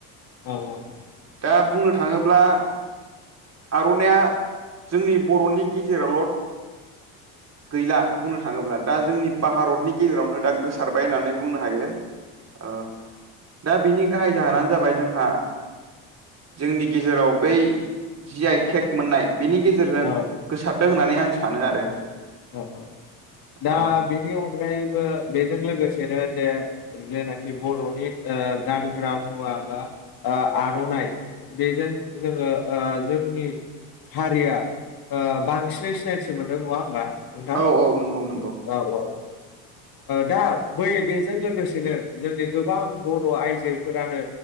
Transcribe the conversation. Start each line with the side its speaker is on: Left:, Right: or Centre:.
Left: औ औ
Right: दा बुंनो थाङोब्ला आर'नाइया जोंनि बर'नि गेजेरावल' गैला बुंनो थाङोब्ला दा जोंनि भारतनि गेजेरावनो दा गोसो सारबाय होननानै बुंनो हायो ओ दा बिनि गाहाय जाहोनानो जाबाय जोंहा जोंनि गेजेराव बै जि आइ टेक मोननाय बिनि गेजेरजों
Left: औ
Right: गोसारदों होननानै आं सानो आरो
Left: औ औ दा
Right: औ
Left: बेनि अनगा अनगायैबो बेजों लोगोसेनो जे जेनाखि बर'नि ओ गानग्रा मुवा बा ओ आर'नाइ ओ बेजों जोङो ओ जोंनि हारिया ओ बांसिनै सिनायथि मोनदों नङा होमबा नोंथां
Right: औ औ नंगौ नंगौ
Left: औ औ दा बै बेजों लोगोसेनो जोंनि गोबां बर' आइजोफोरानो